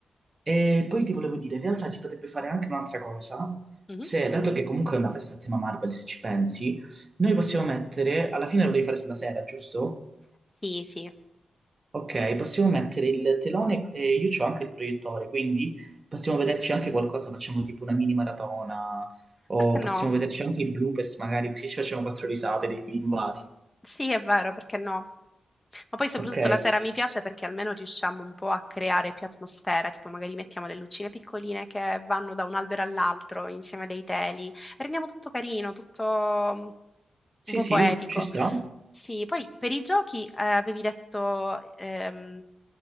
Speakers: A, on the right; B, on the left.
A: E poi ti volevo dire, in realtà si potrebbe fare anche un'altra cosa,
B: Mhm.
A: se, dato che comunque è una festa a tema Marvel, se ci pensi, noi possiamo mettere, alla fine lo devi fare sulla sera, giusto?
B: Sì, sì.
A: Ok, possiamo mettere il telone e io ho anche il proiettore, quindi possiamo vederci anche qualcosa, facciamo tipo una mini maratona o
B: Perché no?
A: possiamo vederci anche i bloopers magari, così ci facciamo quattro risate dei film vari.
B: Sì, è vero, perché no? Ma poi soprattutto
A: Ok?
B: la sera mi piace perché almeno riusciamo un po' a creare più atmosfera, tipo magari mettiamo le lucine piccoline che vanno da un albero all'altro insieme a dei teli, rendiamo tutto carino, tutto mm,
A: Sì,
B: un po'
A: sì,
B: poetico.
A: ci sta.
B: Sì, poi per i giochi eh, avevi detto ehm,